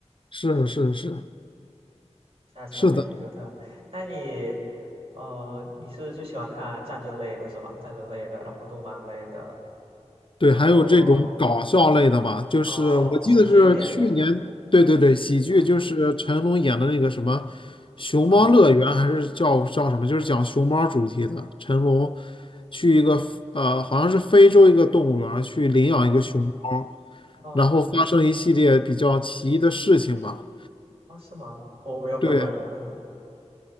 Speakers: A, on the left (about 45°); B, on the right (about 55°).
A: 是是是
B: 那真的还挺独特。
A: 是的。
B: 那你，呃，你是就喜欢看战争类的是吗？战争类的，然后动漫类的，
A: 对，
B: 然后
A: 还有这种搞笑类的吧，就是我记得是去年，
B: 哦，喜剧片，
A: 对对对，喜剧就是成龙演的那个什么
B: 啊
A: 《熊猫乐园》，
B: 啊
A: 还是叫叫什么，就是讲熊猫主题的。成龙去一个呃，好像是非洲一个动物园儿去领养一个熊猫，
B: 啊哦
A: 然后发生一系列比较奇异的事情吧。
B: 哦，是吗？我没有看过，
A: 对，
B: 嗯，